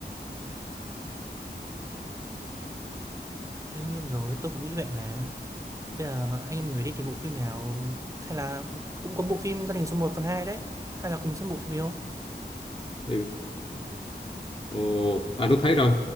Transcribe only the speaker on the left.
Ừ. Ồ, à tôi thấy rồi.